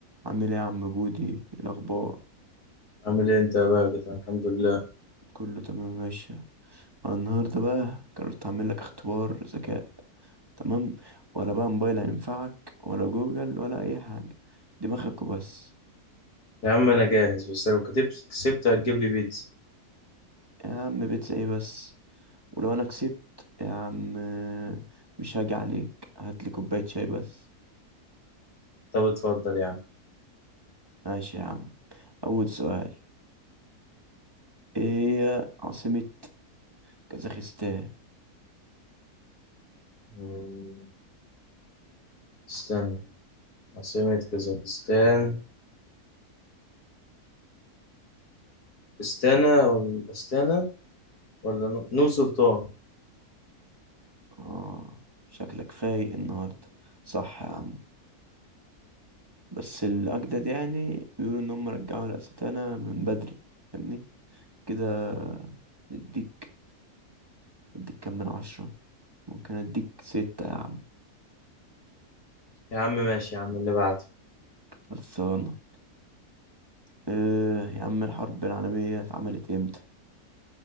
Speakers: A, on the right; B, on the left.
A: عامل ايه يا عم بودي إيه الاخبار
B: عامل ايه انت يا باجت الحمد لله
A: كله تمام يا باشا أنا النهارده بقى قررت اعمل لك اختبار ذكاء تمام ولا بقى موبايل هينفعك ولا جوجل ولا اي حاجه دماغك وبس
B: يا عم انا جاهز بس لو كتبت كسبت هتجيب لي بيتزا
A: يا عم بيتزا ايه بس ولو انا كسبت يا عم مش هاجي عليك هات لي كوبايه شاي بس
B: طب اتفضل يا عم
A: ماشي يا عم اول سؤال ايه هي عاصمه كازاخستان
B: مم، استنى عاصمة كازاخستان استانا ولا استانا ولا نو نو سلطان
A: اه شكلك فايق النهارده صح يا عم بس الأجدد يعني بيقولوا إن هم رجعوا الأستانة من بدري فاهمني كده نديك اديك كام من عشرة ممكن اديك ستة يا عم
B: يا عم ماشي يا عم اللي بعده
A: خلصانة إيه يا عم الحرب العالمية اتعملت امتى؟